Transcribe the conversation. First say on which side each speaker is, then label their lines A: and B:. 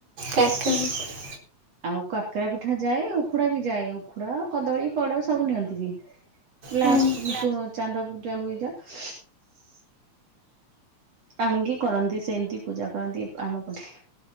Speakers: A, on the right; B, on the right.
A: ଚାକ <unintelligible>
B: ଆଉ କାକେରା ପିଠା ଯାଏ ଉଖୁଡା ବି ଯାଏ ଉଖୁଡା କଦଳୀ ପୋଡ ସବୁ ନିଅନ୍ତି ବି। ଲାଷ୍ଟ
A: ହୁଁ।
B: ଚାନ୍ଦ ପୂଜା ହୁଏଯାଉ। ଆଣିକି କରନ୍ତି ସେମିତି ପୂଜା କରନ୍ତି ଆମ ପଠେ।